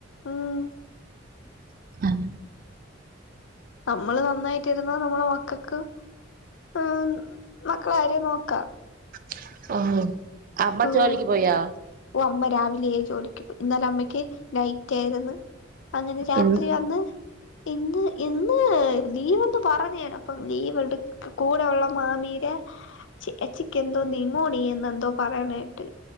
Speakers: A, on the left (about 65°); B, on the right (about 45°).
A: ഉം
B: <unintelligible>
A: നമ്മള് നന്നായിട്ടിരുന്ന നമ്മടെ മക്കൾക്ക് ആഹ് മക്കളകാര്യം നോക്കാം
B: <unintelligible> അമ്മ
A: ഓഹ്
B: ജോലിക്ക് പോയാ
A: ഓ അമ്മ രാവിലെ ജോലി ഇന്നല അമ്മയ്ക്ക് നൈറ്റ് ആയിരുന്നു അങ്ങനെ രാത്രി
B: ഇന്ന്
A: വന്ന് ഇന്ന് ഇന്ന് ലീവ് എന്ന് പറഞ്ഞ് അപ്പം ലീവ് എടു കൂടെ ഉള്ള മാമീടെ ചേച്ചിക്ക് എന്തോ നിമോണിയെന്ന് എന്തോ പറയണ കേട്ട്